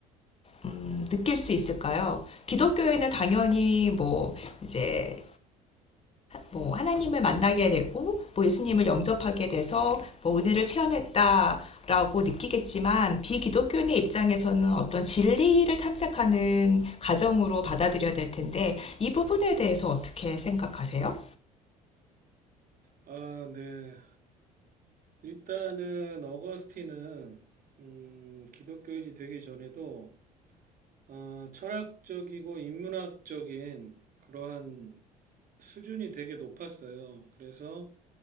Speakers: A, on the left; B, on the right.
A: 음, 느낄 수 있을까요? 기독교에는 당연히 뭐 이제 뭐 하나님을 만나게 되고 뭐 예수님을 영접하게 돼서 뭐 은혜를 체험했다라고 느끼겠지만 비기독교인의 입장에서는 어떤 진리를 탐색하는 과정으로 받아들여야 될 텐데 이 부분에 대해서 어떻게 생각하세요?
B: 아, 네. 일단은 어거스틴은 음, 기독교인이 되기 전에도 어, 철학적이고 인문학적인 그러한 수준이 되게 높았어요. 그래서